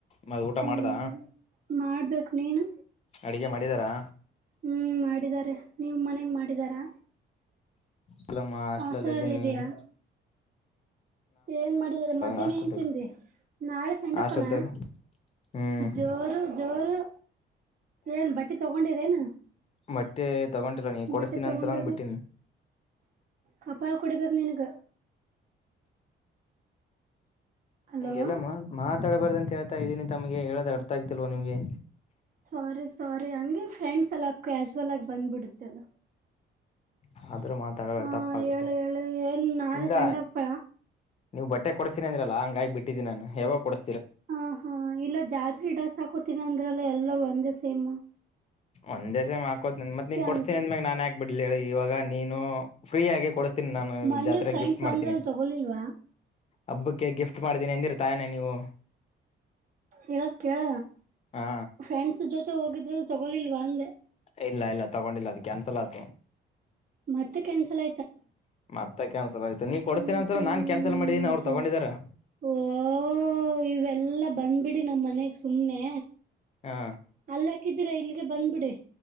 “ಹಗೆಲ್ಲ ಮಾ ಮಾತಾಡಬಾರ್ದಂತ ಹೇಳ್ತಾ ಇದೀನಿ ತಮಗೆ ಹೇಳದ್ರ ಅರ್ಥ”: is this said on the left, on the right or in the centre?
Left